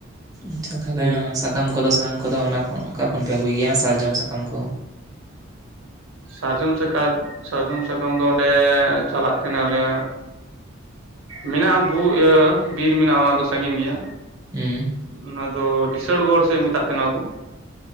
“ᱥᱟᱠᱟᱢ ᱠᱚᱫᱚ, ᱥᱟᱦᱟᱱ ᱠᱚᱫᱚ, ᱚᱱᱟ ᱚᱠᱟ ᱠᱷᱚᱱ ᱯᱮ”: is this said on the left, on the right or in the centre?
Right